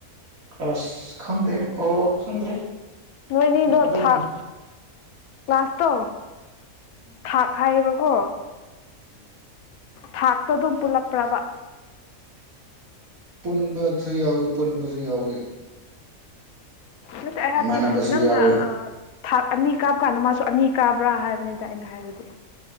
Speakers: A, on the right; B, on the left.
A: ꯑꯁ ꯈꯪꯗꯦ ꯑꯣ ꯈꯪꯗ꯭ꯔꯦ
B: ꯅꯣꯏꯅꯤꯗꯣ
A: ꯑꯗꯨꯝ
B: ꯊꯥꯛ ꯀ꯭ꯂꯥꯁ ꯇꯣ
A: ꯎꯝ
B: ꯊꯥꯛ ꯍꯥꯏꯌꯦꯕꯀꯣ
A: ꯎꯝ
B: ꯊꯥꯛꯇꯣ ꯑꯗꯨꯝ ꯄꯨꯜꯂꯛꯄ꯭ꯔꯕ
A: ꯄꯨꯟꯕꯁꯨ ꯌꯥꯎꯏ ꯄꯨꯟꯕꯁꯨ ꯌꯥꯎꯏ
B: ꯅꯠꯇꯦ ꯑꯩꯅ ꯍꯥꯏꯗꯤ
A: ꯃꯥꯟꯅꯕꯁꯨ
B: ꯅꯪꯅ
A: ꯌꯥꯎꯋꯤ
B: ꯑ ꯊꯥꯛ ꯑꯅꯤ ꯀꯥꯞꯕ ꯀꯥꯟꯗ ꯃꯥꯁꯨ ꯑꯅꯤ ꯀꯥꯕ꯭ꯔꯥ ꯍꯥꯏꯕꯅꯤꯗ ꯑꯩꯅ ꯍꯥꯏꯕꯗꯤ